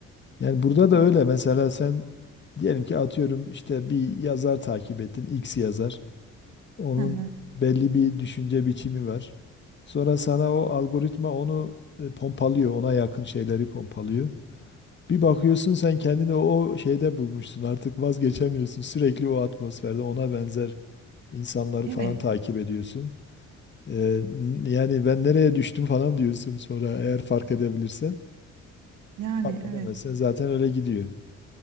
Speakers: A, on the left; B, on the right.
A: Yani burada da
B: evet.
A: öyle. Mesela sen diyelim ki atıyorum işte bir yazar takip ettin, X yazar. Onun
B: Hı hı.
A: belli bir düşünce biçimi var. Sonra sana o algoritma onu e, pompalıyor, ona yakın şeyleri pompalıyor. Bir bakıyorsun sen kendini o şeyde bulmuşsun. Artık vazgeçemiyorsun. Sürekli o atmosferde ona benzer insanları
B: Evet.
A: falan takip ediyorsun. E, n- yani ben nereye düştüm falan diyorsun sonra eğer fark edebilirsen.
B: Yani
A: Fark edemezsen
B: evet.
A: zaten öyle gidiyor.